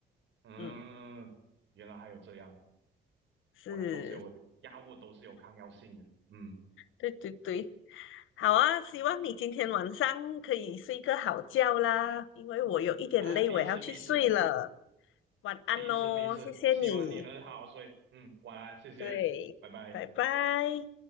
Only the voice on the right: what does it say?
嗯，
原来还有这样，
果然都是有药物都是有抗药性的，嗯，
啊，彼此彼此
彼此彼此，
希望你能好好睡，嗯，晚安，谢谢，
拜拜。